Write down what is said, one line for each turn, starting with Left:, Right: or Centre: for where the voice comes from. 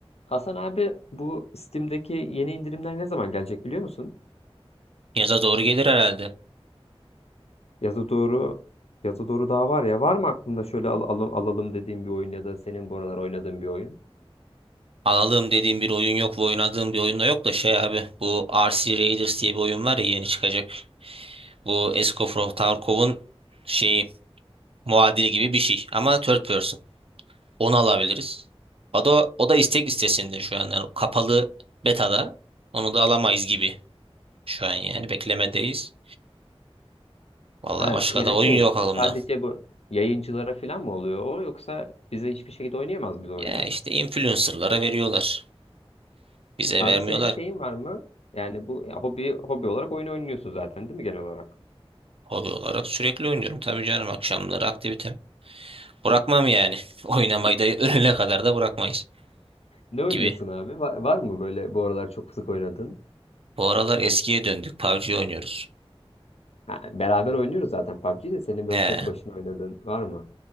Left: Hasan abi bu Steam'deki yeni indirimler ne zaman gelecek biliyor musun?
Right: Yaza doğru gelir herhalde.
Left: Yaza doğru yaza doğru daha var ya. Var mı aklında şöyle al- alalım, alalım dediğin bir oyun ya da senin bu aralar oynadığın bir oyun?
Right: Alalım dediğim bir oyun yok ve oynadığım bir oyun da yok da şey abi. Bu R C Raiders diye bir oyun var ya yeni çıkacak. Bu Escoffrow Tarkov'un şeyi muadili gibi bir şey ama third person. Onu alabiliriz. O da, o da istek listesinde şu an. Yani kapalı betada. Onu da alamayız gibi şu an yani beklemedeyiz. Vallahi
Left: Evet,
Right: başka
Left: yani
Right: da oyun
Left: şey
Right: yok aklımda.
Left: e, sadece bu yayıncılara falan mı oluyor o yoksa bize hiçbir şekilde oynayamaz biz o oyunu.
Right: Ya işte influencerlara veriyorlar. Bize
Left: Abi
Right: vermiyorlar.
Left: senin şeyin var mı? Yani bu ya, hobi hobi olarak oyun oynuyorsun zaten değil mi genel olarak?
Right: Hobi olarak sürekli oynuyorum tabii canım akşamları aktivite. Bırakmam
Left: Ne,
Right: yani. <laughs> Oynamayı da ölene kadar da bırakmayız
Left: ne oynuyorsun
Right: gibi.
Left: abi? Var, var mı böyle bu aralar çok sık oynadığın?
Right: Bu aralar eskiye döndük. PUBG oynuyoruz.
Left: Ha, beraber oynuyoruz zaten PUBG'yi de senin böyle
Right: He.
Left: tek başına oynadığın var mı?